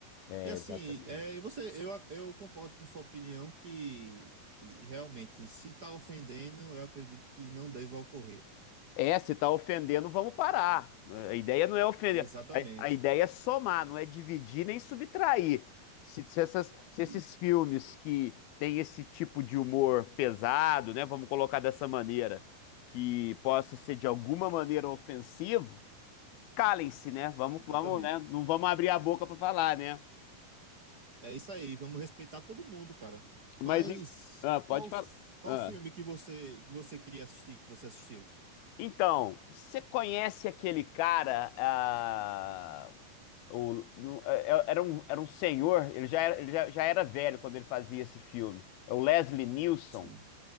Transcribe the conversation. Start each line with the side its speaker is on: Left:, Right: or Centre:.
Left: É,
Right: E assim,
Left: exatamente.
Right: é, e você, eu, eu concordo com sua opinião que, que realmente, se está ofendendo, eu acredito que não deva ocorrer.
Left: É, se tá ofendendo, vamos parar. A ideia não é ofender.
Right: Exatamente.
Left: A, a ideia é somar, não é dividir nem subtrair. Se, se essas- se
Right: Isso,
Left: esses filmes que têm esse tipo de humor pesado, né, vamos colocar dessa maneira, que possa ser de alguma maneira ofensivo, calem-se, né? Vamos,
Right: exatamente.
Left: vamos, né? Não vamos abrir a boca para falar, né?
Right: É isso aí, vamos respeitar todo mundo, cara.
Left: Mas
Right: Mas
Left: em- ah, pode
Right: qual,
Left: falar.
Right: f- qual
Left: Ah.
Right: filme que você, que você queria assistir, que você assistiu?
Left: Então, você conhece aquele cara? ah, o- no- é- é, era um, era um senhor. Ele já era, ele já, já era velho quando ele fazia esse filme. É o Leslie Nielsen.
Right: Sim.